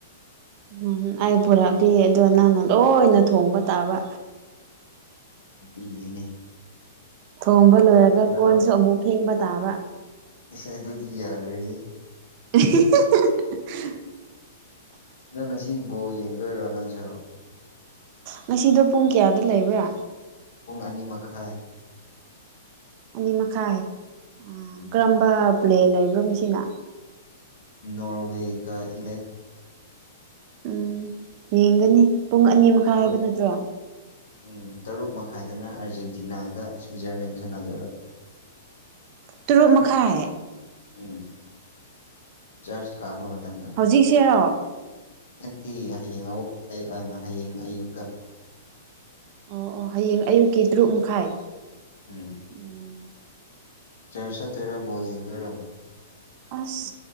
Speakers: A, on the right; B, on the left.
A: ꯎꯝ ꯑꯩ ꯄꯨꯔꯛꯄꯤꯒꯦ ꯑꯗꯣ ꯅꯪꯅ ꯂꯣꯏꯅ ꯊꯣꯡꯕ ꯇꯥꯕ
B: ꯎꯅꯦ꯫
A: ꯊꯣꯡꯕ ꯂꯣꯏꯔꯒ ꯀꯣꯟꯁꯨ
B: ꯇꯧ
A: ꯑꯃꯨꯛ ꯐꯦꯡꯕ ꯇꯥꯕ
B: ꯏꯁ ꯑꯗꯨꯗꯤ ꯌꯥꯔꯣꯏꯍꯦ
A: <unintelligible>
B: ꯅꯪ ꯉꯁꯤ ꯕꯣꯜ ꯌꯦꯡꯗꯣꯏꯔꯣ ꯅꯪꯁꯨ
A: ꯉꯁꯤꯗꯣ ꯄꯨꯡ ꯀꯌꯥꯗ ꯂꯩꯕ꯭ꯔꯥ꯫
B: ꯄꯨꯡ ꯑꯅꯤ ꯃꯈꯥꯏ꯫
A: ꯑꯅꯤ ꯃꯈꯥꯏ ꯑꯥ
B: ꯎꯝ꯫
A: ꯀꯔꯝꯕ ꯄ꯭ꯂꯦ ꯂꯩꯕ꯭ꯔꯣ ꯃꯤ ꯁꯤꯅ꯫
B: ꯅꯣꯔꯋꯦꯒ ꯏꯪꯂꯦꯟ꯫
A: ꯎꯝ ꯌꯦꯡꯒꯅꯤ ꯄꯨꯡ ꯑꯅꯤ ꯃꯈꯥꯏ
B: ꯇꯔꯨꯛ
A: ꯍꯥꯏꯕ ꯅꯠꯇ꯭ꯔꯣ꯫
B: ꯎꯝ ꯇꯔꯨꯛ ꯃꯈꯥꯏꯗꯅ ꯑꯥꯔꯖꯦꯟꯇꯤꯅꯥꯒ ꯁ꯭ꯋꯤꯖꯔꯂꯦꯟ ꯁꯥꯟꯅꯗꯣꯏꯕ꯫
A: ꯇꯨꯔꯨꯛ ꯃꯈꯥꯏ꯫
B: ꯎꯝ <unintelligible> <inaudible> ꯆꯥꯔꯁ ꯀꯥꯕ ꯃꯇꯝꯗ꯫
A: ꯍꯧꯖꯤꯛꯁꯦꯔꯣ
B: ꯅꯠꯇꯦ ꯍꯌꯦꯡ ꯑꯃꯨꯛ ꯑꯪ ꯍꯌꯦꯡ ꯑꯌꯨꯛꯇ
A: ꯑꯣ ꯑꯣ ꯍꯌꯦꯡ ꯑꯌꯨꯛꯀꯤ ꯇꯔꯨꯛ ꯃꯈꯥꯏ꯫
B: ꯎꯝ
A: ꯎꯝ
B: ꯆꯔ ꯆꯠꯇꯔꯣ ꯕꯣ ꯌꯦꯡꯗꯔꯣ
A: ꯑꯁ